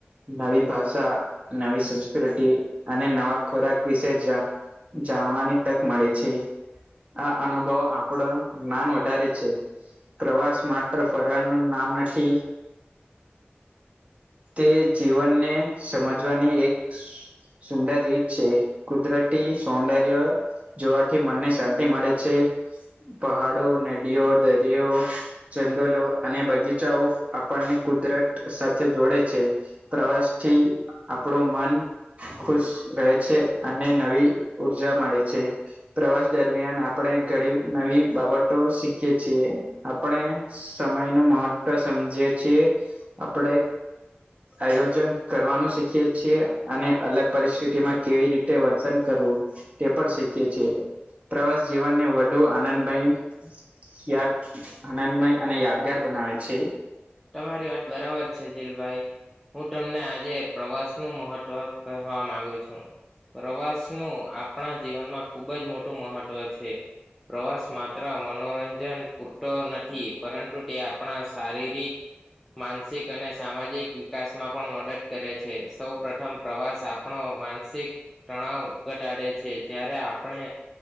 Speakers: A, on the right; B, in the centre.
A: નવી ભાષા નવી સંસ્કૃતિ અને નવા ખોરાક વિશે જાણ જાણવાની તક મળે છે આ અનુભવ આપણો જ્ઞાન વધારે છે પ્રવાસ માત્ર ફરવા નું નામ નથી તે જીવનને સમજવાની એક સુંદર રીત છે કુદરતી સૌંદર્ય જોવાથી મન ને શાંતિ મળે છે પહાડો નદીઓ દરિયો જંગલો અને બગીચાઓ આપણને કુદરત સાથે જોડે છે પ્રવાસથી આપણું મન ખુશ રહે છે અને નવી ઉર્જા મળે છે પ્રવાસ દ દરમિયાન આપણે ઘણી નવી બાબતો શીખ છીએ આપણે સમય નું મહત્વ સમજીએ છીએ આપડે આયોજન કરવાનું શીખએ છીએ અને અલગ પરિસ્થિતિમાં કેવી રીતે વર્તન કરવું તે પણ શીખએ છીએ પ્રવાસ જીવનને વધુ આનંદમય ક્યાંક આનંદમય અને યાદગાર બનાવે છે
B: તમારી વાત બરાબર છે જિલભાઈ હું તમને આજે પ્રવાસ નું મહત્વ કહેવા માંગુ છું પ્રવાસનું આપણા જીવનમાં ખુબ જ મોટું મહત્ત્વ છે પ્રવાસ માત્ર મનોરંજન પૂરતો નથી પરંતુ તે આપણા શારીરિક માનસિક અને સામાજિક વિકાસમાં પણ મદદ કરે છે સૌ પ્રથમ પ્રવાસ આપ આપણો માનસિક તણાવ ઘટાડે છે જ્યારે આપણે